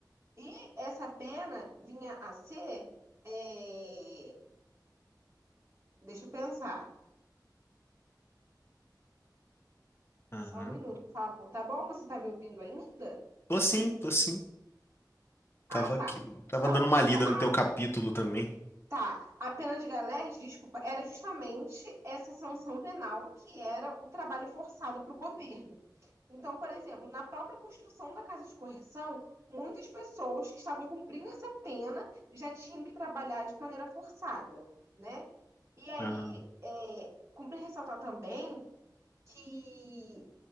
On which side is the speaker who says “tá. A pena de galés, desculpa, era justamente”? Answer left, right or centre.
Right